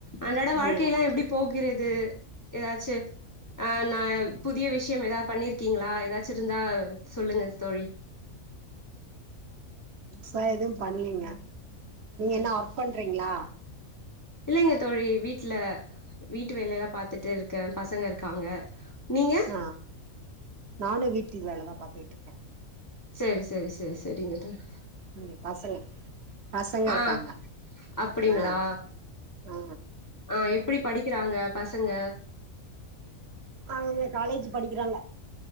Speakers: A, on the left; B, on the right.
A: அன்றாட வாழ்க்கை
B: நீங்க
A: எல்லா எப்டி போகிறது து ஏதாச்சு ஆ நா புதிய விஷ் விஷயம் ஏதாது பண்ணிருக்கீங்களா ஏதாச்சும் இருந்தா சொல்லுங்க தோழி
B: நா எதுவும் பண்லீங்க நீங்க என்ன ஒர்க் பண்றீங்ளா
A: இல்லங்க தோழி வீட்ல வீட்டு வேலைலா பாத்துட்டு இருக்கேன் பசங்க இருக்காங்க நீங்க
B: ஆ நானும் வீட்டு வேல தா பாத்துட்ருக்கேன்
A: செரி செரி செரி செரிங்க தோழி
B: ம் பசங்க பசங்க
A: ஆ
B: இருக்காங்க
A: அப்டிங்களா
B: ஆ ஆ
A: ஆ எப்டி படிக்கிறாங்க பசங்க
B: அவங்க காலேஜ் படிக்குறாங்க